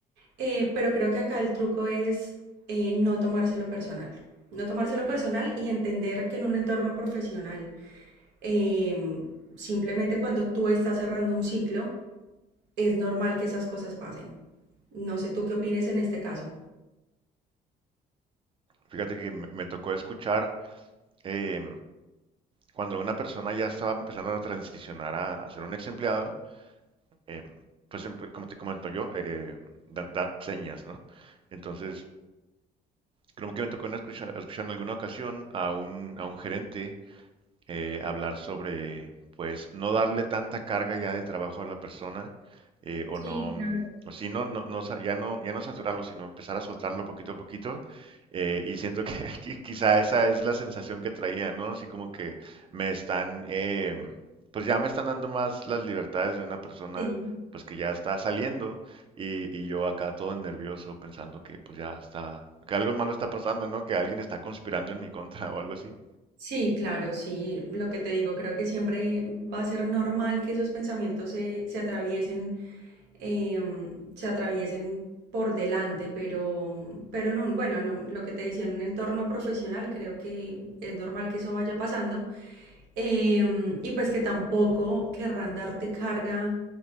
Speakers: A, on the right (about 80°); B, on the right (about 30°).
A: Eh, pero creo que acá el truco es eh, no tomárselo personal, no tomárselo personal y entender que en un entorno profesional Em, simplemente cuando tú estás cerrando un ciclo, es normal que esas cosas pasen. No sé tú qué opines en este caso.
B: Fíjate que me, me tocó escuchar eh, cuando una persona ya estaba empezando a transicionar a, a ser un ex empleado, eh, pues em- como te comento yo, eh, da, da señas, ¿no? Entonces, creo que me tocó en escuchar, escuchar en alguna ocasión a un, a un gerente eh, hablar sobre, pues, no darle tanta carga ya de trabajo a la persona eh, o
A: Sí,
B: no,
A: claro,
B: o si no, no, no sa- ya no, ya no saturarlo, sino empezar a soltarlo poquito a poquito. eh, y siento que <laughs> qui- quizá esa es la sensación que traía, ¿no? Así como que me están, eh, pues ya me están dando más las libertades de una persona,
A: sí.
B: pues que ya está saliendo y, y yo acá todo nervioso pensando que pues ya está, que algo malo está pasando, ¿no? Que alguien está conspirando en mi contra o algo así.
A: Sí, claro, sí. Lo que te digo, creo que siempre va a ser normal que esos pensamientos se, se atraviesen, em, se atraviesen por delante, pero, pero en un, bueno, no, lo que te decía, en un entorno profesional, creo que es normal que eso vaya pasando. Em, y pues que tampoco querrán darte carga